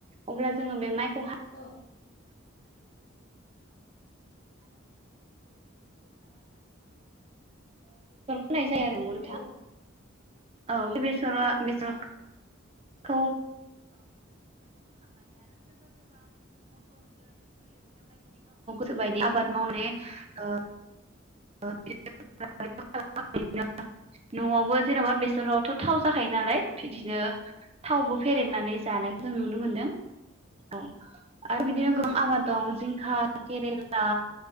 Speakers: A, on the right; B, on the left.
A: अब्ला जोङो बे माइखौहाय।
B: औ
A: <unintelligible> <unintelligible> नोंथां
B: औ
A: औ बे बेसरा
B: औ
A: बेसर
B: नोंथां
A: <unintelligible> सोबायदि
B: औ
A: आबाद मावनो ने। ओ। <unintelligible> न'आवबो जेन'बा बेसरावथ' थाव जाखायो नालाय बिदिनो। थावबो फेरेनानै
B: औ
A: जानाय। जों नुनो मोनदों औ। आरो बिदिनो
B: औ
A: गोबां आबाद दं। <unintelligible> केरेला